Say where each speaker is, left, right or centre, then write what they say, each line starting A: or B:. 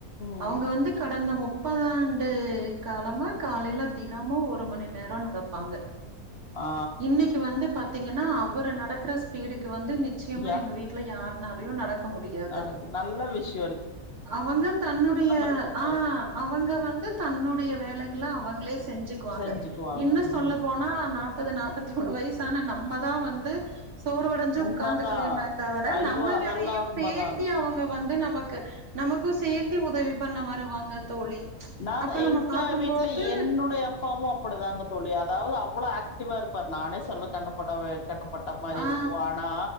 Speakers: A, on the left; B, on the right.
A: ம்
B: அவுங்க வந்து கடந்த முப்பது ஆண்டு காலமா காலைல தினமு ஒரு மணி நேரோ நட பாங்க
A: ஆ
B: இன்னைக்கு வந்து பார்த்தீங்கன்னா அவரு நடக்கிற ஸ்பீடுக்கு வந்து நிச்சயமா
A: யா
B: எங்க வீட்ல யாருனாலயு நடக்க முடியாது
A: நடக்கு நல்ல விஷ்
B: அவங்க தன்னுடைய
A: இருக்க கூடாது
B: அ அவங்க வந்து தன்னுடைய வேலைக் எல்லா அவங்களே செஞ்சுக்குவாங்க
A: செஞ்சுக்குவாங்க
B: இன்னு
A: ம்
B: சொல்ல போனா நாப்பது நாப்பத்தி மூனு வயசானா நம்ம தா வந்து சோர்வடைஞ்சு
A: உண்மதா
B: உட்காந்துக்குனுமே தவிர
A: ஐயோ
B: நம்ம
A: அதெல்லா
B: வேலையு
A: உண்மதாங்க
B: சேத்தி அவங்க வந்து நமக்கு நமக்கு சேத்தி உதவி பண்ண வருவாங்க தோழி
A: நா அதா
B: அப்ப நம்ம
A: எங்க
B: பாக்கும்போது
A: வீட்டுல என்னுடைய அப்பாவு அப் அப்டிதாங்க தோழி அதாவது அவ்ளோ ஆக்டிவா இருப்பாரு நானே சொல்ல கண்ணு படுவே கண்ணுப்பட்ட மாரி
B: ஆ
A: இருக்கு ஆனா